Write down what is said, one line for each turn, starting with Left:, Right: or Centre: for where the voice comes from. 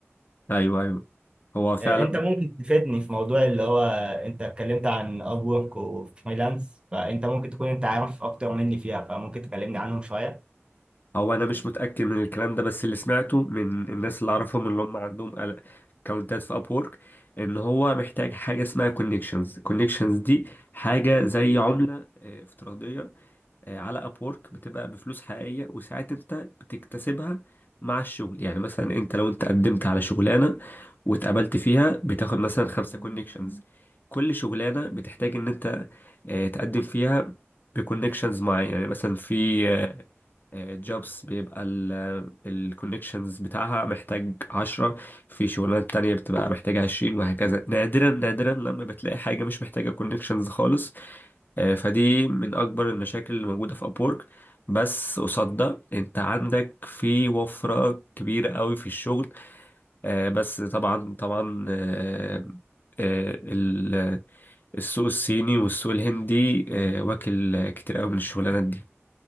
Left: ايوه ايوه هو فعلا
Right: آه، أنت ممكن تفيدني في موضوع اللي هو أنت اتكلمت عن أب وورك وفريلانس فأنت ممكن تكون أنت عارف أكتر مني فيها فممكن تكلمني عنهم شوية
Left: هو انا مش متاكد من الكلام ده بس اللي سمعته من الناس اللي اعرفهم اللي هم عندهم ال- اكونتات في ابورك ان هو محتاج حاجه اسمها كونكشنز كونكشنز دي حاجه زي عمله آه، افتراضيه آه، على ابورك بتبقى بفلوس حقيقيه وساعات انت بتكتسبها مع الشغل يعني مثلا انت لو انت قدمت على شغلانه واتقبلت فيها بتاخد مثلا خمسة كونكشنز كل شغلانه بتحتاج ان انت آه، تقدم فيها بكونكشنز معين يعني مثلا في آه، جوبس بيبقى الكوليكشنز بتاعها محتاج عشرة في شغلانات تانية بتبقى محتاجة عشرين وهكذا نادرا نادرا لما بتلاقي حاجة مش محتاجة كوليكشنز خالص آه، فدي من أكبر المشاكل اللي موجودة في أبورك بس قصاد ده انت عندك في وفرة كبيرة قوي في الشغل آه، بس طبعا طبعا آه، آه، ال- السوق الصيني والسوق الهندي آه، واكل آه، كتير قوي من الشغلانات دي